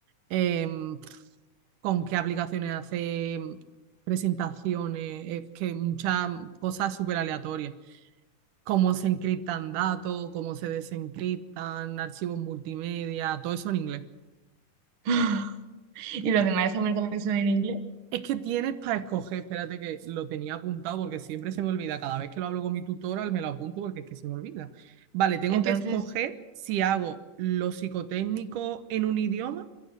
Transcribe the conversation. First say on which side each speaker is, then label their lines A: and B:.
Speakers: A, on the right; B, on the right.
A: em, con qué aplicaciones hace presentaciones, es que muchas cosas súper aleatorias. Cómo se encriptan datos, cómo se desencriptan, archivos multimedia, todo eso en inglés.
B: <laughs> Y los demás exámenes también son en inglés.
A: Es que tienes para escoger, espérate que lo tenía apuntado porque siempre se me olvida. Cada vez que lo hablo con mi tutora me lo apunto porque es que se me olvida. Vale, tengo
B: Entonces,
A: que escoger si hago lo psicotécnico en un idioma,